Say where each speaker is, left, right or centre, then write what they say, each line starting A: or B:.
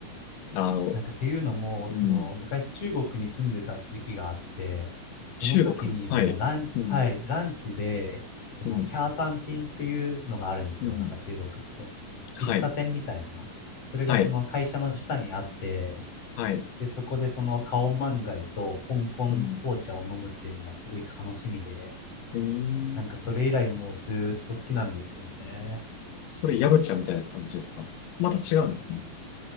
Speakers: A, on the left; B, on the left.
A: あの、
B: なんかっていうのも、
A: うん。
B: その、昔中国に住んでた時期があって、その時に、
A: 中国。はい。
B: その、ラン、
A: うん。
B: はい、ランチで、その、
A: うん。
B: チャータンティンっていうのがあるんですよ。
A: うん。
B: なんか中国って。喫茶店みたいな。
A: はい。
B: それがその会社の下にあって、
A: はい。はい。
B: で、そこでそのカオマンガイと香港紅茶を飲むっていうのがすごい楽しみで、
A: うん。うーん。
B: なんかそれ以来もうずーっと好きなんですよね。
A: それ、ヤムチャみたいな感じですかまた違うんですかね。